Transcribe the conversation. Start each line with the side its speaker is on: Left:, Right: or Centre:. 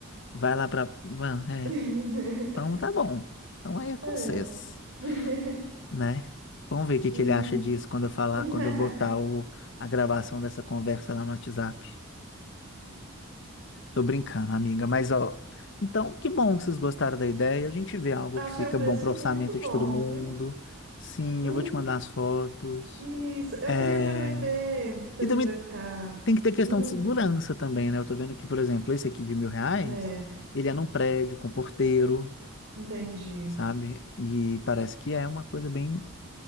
Left: vai lá pra. Bom, é.
Right: <laughs>
Left: Então tá bom. Então aí é com
Right: É.
Left: vocês.
Right: <laughs>
Left: né? Vamos ver o que
Right: Hum.
Left: que ele acha disso quando eu falar,
Right: <laughs>
Left: quando eu botar o, a gravação dessa conversa lá no WhatsApp. Tô brincando, amiga, mas ó. Então, que bom que vocês gostaram da ideia. A gente vê algo
Right: Ah,
Left: que
Right: achei
Left: fica
Right: o preço
Left: bom para
Right: muito
Left: orçamento de
Right: bom,
Left: todo mundo.
Right: viu?
Left: Sim,
Right: Uhum.
Left: eu vou te mandar as fotos.
Right: Isso, eu
Left: É...
Right: queria também ver se
Left: E
Right: a gente
Left: também
Right: vai ficar.
Left: tem que ter questão
Right: Hum,
Left: de segurança também, né? Eu tô vendo que, por exemplo, esse aqui de mil reais,
Right: é,
Left: ele é num prédio com porteiro,
Right: entendi.
Left: sabe? E parece que é uma coisa bem